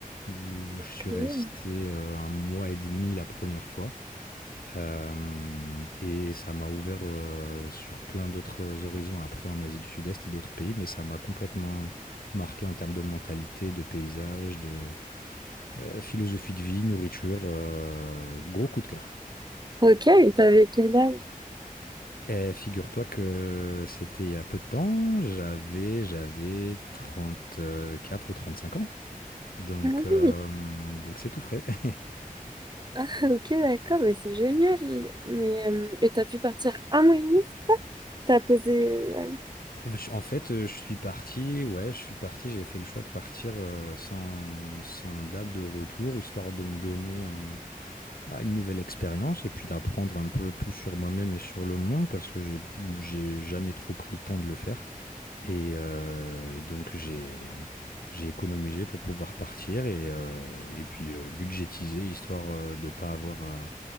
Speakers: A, on the left; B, on the right.
A: où je suis
B: Ok,
A: resté euh, un mois et demi la première fois. Euh, et ça m'a ouvert euh, sur plein d'autres horizons après en Asie du Sud-Est et d'autres pays, mais ça m'a complètement marqué en termes de mentalité, de paysage, de euh, philosophie de vie, nourriture. euh, gros coup de cœur.
B: Ok, et t'avais quel âge?
A: Eh, figure-toi que c'était il y a peu de temps, j'avais j'avais trente quatre ou trente cinq ans, donc
B: Ah
A: euh,
B: oui,
A: donc c'est tout frais. <laughs>
B: <laughs> ok, d'accord, mais c'est génial. Mais, euh, et t'as pu partir un mois et demi? T'as posé... Ah oui.
A: Je- En fait, euh, je suis parti, ouais, je suis parti, j'ai fait le choix de partir euh, sans, sans date de retour, histoire de me donner un- à une nouvelle expérience et puis d'apprendre un peu plus sur moi-même et sur le monde, parce que j'ai j'ai jamais trop pris le temps de le faire. Et, euh, et donc j'ai j'ai économisé pour pouvoir partir et, euh, et puis euh, budgétiser histoire euh, de pas avoir à,